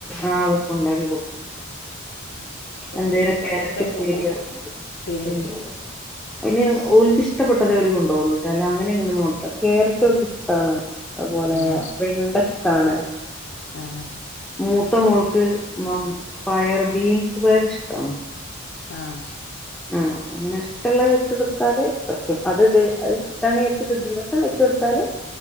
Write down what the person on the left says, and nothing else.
ഇവിടുത്തെ
കുട്ടികൾ
പച്ചക്കറി
തൊടൂല പെരിയൊന്നും
ആഹ്
ആഹ്
ആഹ്